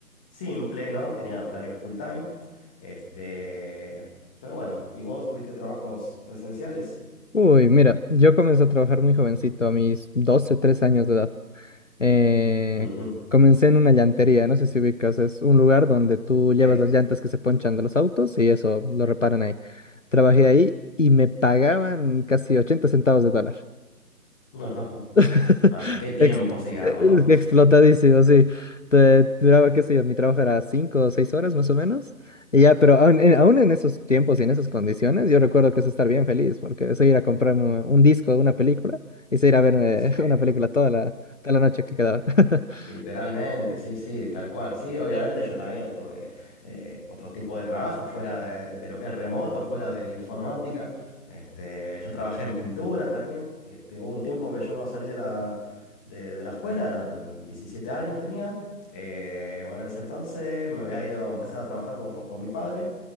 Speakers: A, in the centre; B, on the left (about 50°).
A: simple, ¿no? Tenía horario full time. Este, pero bueno, ¿y vos tuviste trabajos presenciales?
B: Uy, mira, yo comencé a trabajar muy jovencito, a mis 12, 13 años de edad. Eh,
A: Ujú,
B: comencé en una llantería, no sé si ubicas, es un lugar donde tú llevas
A: Sí.
B: las llantas que se ponchan de los autos y eso lo reparan ahí. Trabajé ahí y me pagaban casi 80 centavos de dólar.
A: <laughs>
B: <laughs>
A: No, qué tiempos,
B: Ex-
A: digamos,
B: eh,
A: ¿no?
B: explotadísimo, sí. Te- duraba, qué sé yo, mi trabajo era cinco o seis horas más o menos. Y ya, pero aún en, aún en esos tiempos y en esas condiciones, yo recuerdo que es estar bien feliz, porque es ir a comprarme un disco, una película, y es ir a ver <laughs>
A: Sí.
B: una película toda la, toda la noche que quedaba. <laughs>
A: Literalmente, sí, sí, tal cual. Sí, obviamente yo también tuve eh, otros tipos de trabajo fuera de, de lo que es remoto, fuera de la informática. Este, yo trabajé en pintura también. Este, hubo un tiempo que yo cuando salí de la, de, de la escuela, eran 17 años tenía. Eh, bueno, en ese entonces me había ido a empezar a trabajar con, con mi padre.